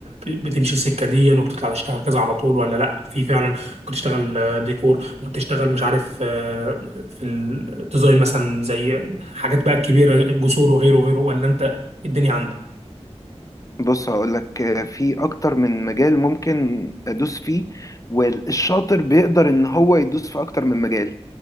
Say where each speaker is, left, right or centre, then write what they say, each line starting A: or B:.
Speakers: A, on the right; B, on the left.
A: ب- بتمشي السكه دي وبتطلع تشتغل كذا على طول ولا لا في فعلا ممكن تشتغل آه، ديكور ممكن تشتغل مش عارف آه، في الديزاين مثلا زي حاجات بقى كبيره جسور وغيره وغيره ولا انت الدنيا عندك
B: بص هقول لك آه، في اكتر من مجال ممكن ادوس فيه والشاطر بيقدر ان هو يدوس في اكتر من مجال